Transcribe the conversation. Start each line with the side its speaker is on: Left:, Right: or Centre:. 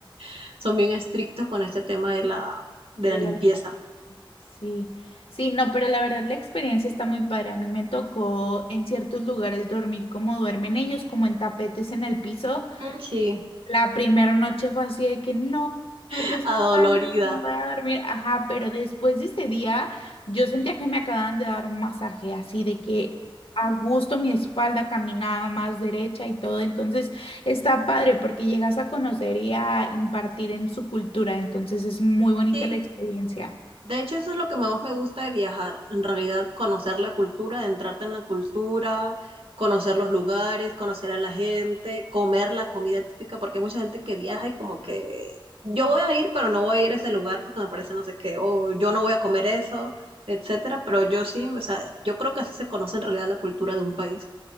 Right: <laughs> son bien estrictos con este tema de la, de
Left: de
Right: la limpieza.
Left: la... Sí, sí, no, pero la verdad la experiencia está muy padre. A mí me tocó en ciertos lugares dormir como duermen ellos, como en tapetes en el piso.
Right: Mm, Sí,
Left: La primera noche fue así de que no,
Right: <laughs>
Left: dolor de espalda,
Right: adolorida.
Left: no voy a dormir. Ajá, pero después de ese día yo sentía que me acababan de dar un masaje, así de que a gusto mi espalda caminaba más derecha y todo. Entonces está padre porque llegas a conocer y a impartir en su cultura. Entonces es muy bonita
Right: Sí,
Left: la experiencia.
Right: De hecho, eso es lo que más me gusta de viajar, en realidad conocer la cultura, adentrarte en la cultura, conocer los lugares, conocer a la gente, comer la comida típica, porque hay mucha gente que viaja y como que yo voy a ir, pero no voy a ir a ese lugar porque me parece no sé qué, o yo no voy a comer eso, etcétera, pero yo sí, o sea, yo creo que así se conoce en realidad la cultura de un país.